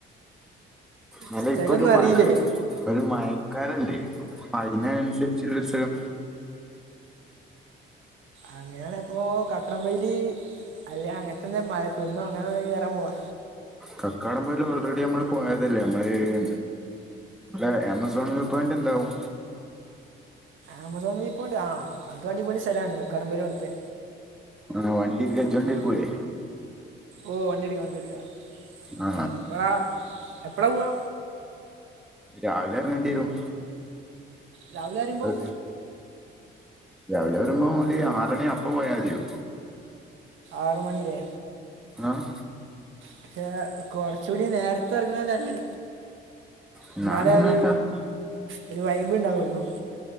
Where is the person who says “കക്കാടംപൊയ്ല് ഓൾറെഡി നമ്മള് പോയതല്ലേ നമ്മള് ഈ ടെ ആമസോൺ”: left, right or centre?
Centre